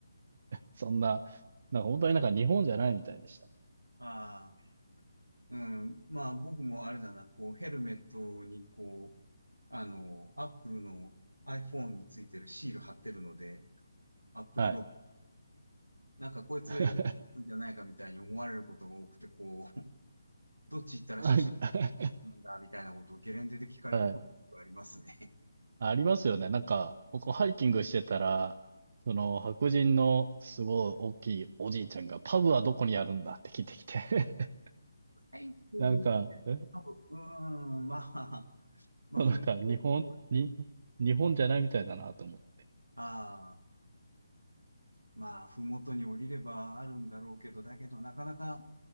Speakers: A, on the right (about 45°); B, on the right (about 85°).
A: そんな、なんか本当になんか日本じゃないみたいでしたね。
B: ああ、うん。まあ、僕もあれだな、こう、ヘルメットに、こう、あの、アップルの iPhone についてるシール貼ってるので、アップルロゴ、
A: はい。
B: なんかこいつ英語なんじゃないかみたいに思われることが多くて、
A: <laughs>
B: こう、<laughs> どっち行ったら初心者なんだみたいなことをゲレンデで聞かれることがありますね。
A: なんか <laughs> はい。ありますよね。なんか、僕ハイキングしてたら、その白人のすごい大きいおじいちゃんが、パブはどこにあるんだって聞いてきて <laughs>
B: はい、うん、
A: なんか、え
B: 多分、うーん、まあ、まあ、
A: なんか日本、
B: ふもとに、
A: に、日本じゃないみたいだなと思って。
B: ああ、まあ、ふもとに降りればあるんだろうけど、だけど、なかなか、